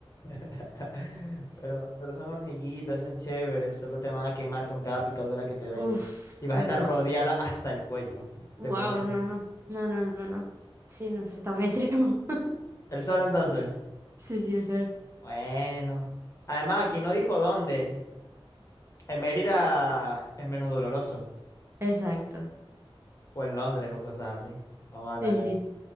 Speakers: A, on the left; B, on the right.
A: <laughs> Pero, pero son hormiguitas, son chéveres, solo te van a quemar con cada picadura que te den.
B: Uf,
A: Y vas
B: no.
A: a estar rodeada hasta el cuello,
B: Wow,
A: según lo que dice
B: no,
A: aquí.
B: no, no, no, no, no. Sí, no, eso está muy extremo. <laughs>
A: El sol entonces.
B: Sí, sí, el sol.
A: Bueno. Además, aquí no dijo dónde. En Mérida es menos doloroso,
B: Exacto.
A: o en Londres o cosas así. Vamos a la-
B: Sí, sí.